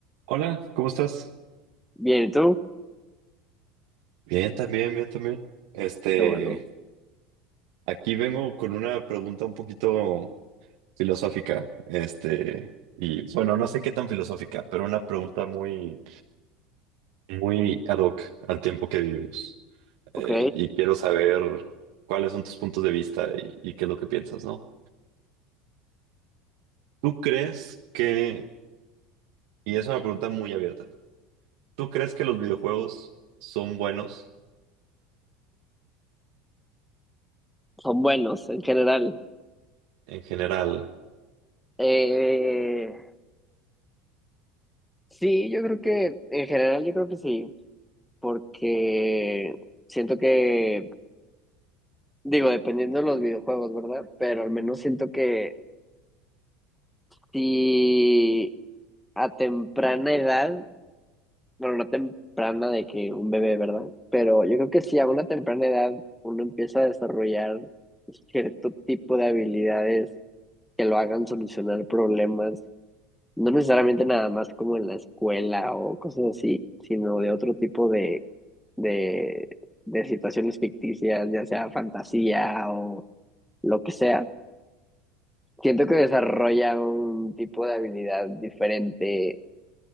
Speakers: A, on the right; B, in the centre.
A: Hola, ¿cómo estás?
B: Bien, ¿y tú?
A: Bien, también, bien, también. Este,
B: Qué bueno.
A: aquí vengo con una pregunta un poquito filosófica, este, y bueno, no sé qué tan filosófica, pero una pregunta muy, muy ad hoc al tiempo que vivimos.
B: Ok,
A: Eh, y quiero saber cuáles son tus puntos de vista y, y qué es lo que piensas, ¿no? ¿Tú crees que, y es una pregunta muy abierta, ¿tú crees que los videojuegos son buenos
B: son buenos en general.
A: en general?
B: Eh, sí, yo creo que, en general yo creo que sí, porque siento que, digo, dependiendo de los videojuegos, ¿verdad? Pero al menos siento que si a temprana edad, bueno, no temprana de que un bebé, ¿verdad? Pero yo creo que si a una temprana edad uno empieza a desarrollar cierto tipo de habilidades que lo hagan solucionar problemas No necesariamente nada más como en la escuela o cosas así, sino de otro tipo de, de, de situaciones ficticias, ya sea fantasía o lo que sea. Siento que desarrolla un tipo de habilidad diferente